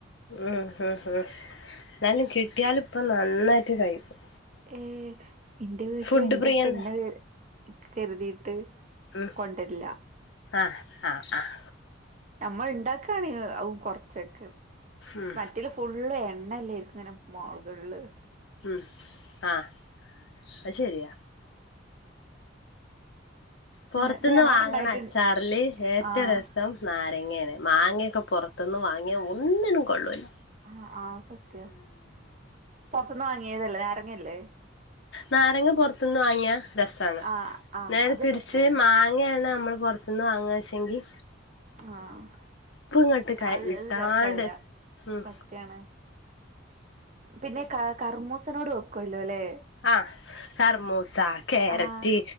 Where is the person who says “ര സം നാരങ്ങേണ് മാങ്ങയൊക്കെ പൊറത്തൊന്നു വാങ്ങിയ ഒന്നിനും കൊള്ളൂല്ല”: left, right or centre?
Left